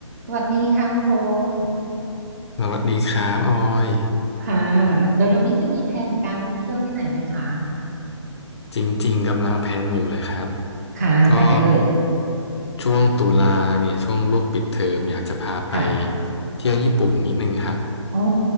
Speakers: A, on the right; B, on the left.
A: สวัสดีค่ะคุณพงษ์
B: สวัสดีครับออย
A: ค่ะ เดี๋ยวเร็วนี้จะมีแผนการไปเที่ยวที่ไหนไหมคะ
B: จริงๆกำลังแพลนอยู่เลยครับ
A: ค่ะ
B: ก็
A: ไปไหนเอ่ย
B: ช่วงตุลาเนี่ยช่วงลูกปิดเทอมอยากจะพาไป
A: ค่ะ
B: เที่ยวญี่ปุ่นนิดนึงครับ
A: โอ้